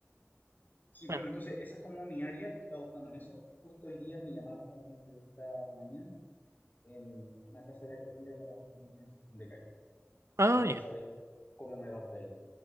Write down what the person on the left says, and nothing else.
Sí,
bueno, entonces esa es como mi área, yo estaba buscando en eso. Justo hoy día me llamaron para una entrevista mañana en una casa de acogida para familias en situación de calle. Así
que vamos
a ver cómo me va por ahí.